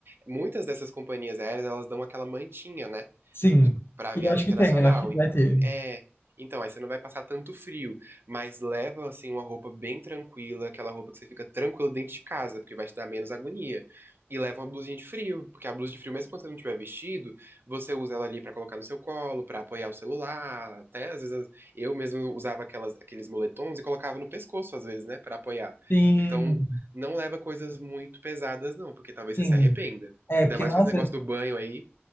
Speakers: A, on the right; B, on the left.
A: Muitas dessas companhias aéreas, elas dão aquela mantinha, né?
B: Sim,
A: de- Pra
B: eu
A: viagem
B: acho que
A: internacional.
B: tem, eu acho que vai ter.
A: É, então aí você não vai passar tanto frio mas leva assim uma roupa bem tranquila, aquela roupa que você fica tranquilo dentro de casa, porque vai te dar menos agonia. E leva uma blusinha de frio, porque a blusa de frio, mesmo quando você não tiver vestido, você usa ela ali pra colocar no seu colo, pra apoiar o celular, até às vezes eu mesmo usava aquelas, aqueles moletons e colocava no pescoço às vezes, né, Pra apoiar.
B: Sim,
A: Então, não leva coisas muito pesadas não, porque talvez
B: sim.
A: você se arrependa.
B: É,
A: Ainda
B: porque,
A: mais
B: nossa,
A: com esse negócio do banho aí.